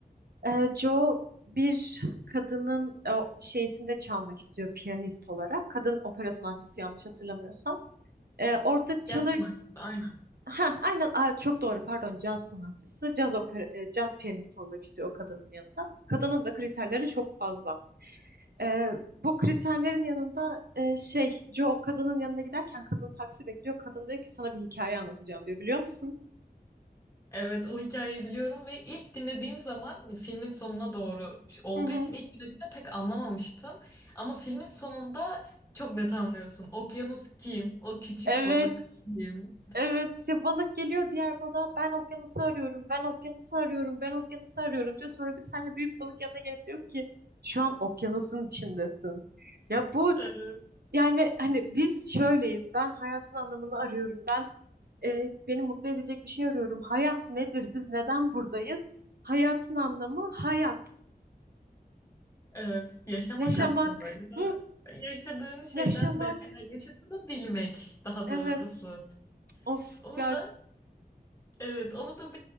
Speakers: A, on the right; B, on the left.
A: Ee, Joe bir kadının e, o şeysinde çalmak istiyor piyanist olarak. Kadın opera sanatçısı yanlış hatırlamıyorsam. Ee, orada çalır...
B: Yaz sanatçısı aynen.
A: Ha, aynen Aa, çok doğru pardon caz sanatçısı. Caz, opera, e, caz piyanisti olmak istiyor o kadının yanında. Kadının da kriterleri çok fazla. Ee, bu kriterlerin yanında e, şey Joe kadının yanına giderken kadın taksi bekliyor. Kadın diyor ki sana bir hikaye anlatacağım diyor biliyor musun?
B: Evet o hikayeyi biliyorum ve ilk dinlediğim zaman filmin sonuna doğru olduğu
A: Hı hı.
B: için ilk dinlediğimde pek anlamamıştım. Ama filmin sonunda çok net anlıyorsun. Okyanus kim? O küçük
A: Evet.
B: balık kim?
A: Evet ya balık geliyor diğer balığa ben okyanusu arıyorum ben okyanusu arıyorum ben okyanusu arıyorum diyor. Sonra bir tane büyük balık yanına gelip diyor ki şu an okyanusun içindesin. Ya bu
B: Evet,
A: yani hani biz şöyleyiz ben hayatın anlamını arıyorum ben e, beni mutlu edecek bir şey arıyorum. Hayat nedir biz neden buradayız? Hayatın anlamı hayat
B: evet. yaşamak
A: yaşamak
B: aslında ya da
A: Hı,
B: yaşadığın şeyden
A: yaşamak
B: değer, yaşadığını bilmek daha
A: evet
B: doğrusu.
A: of
B: Onu
A: ya
B: da Evet, onu da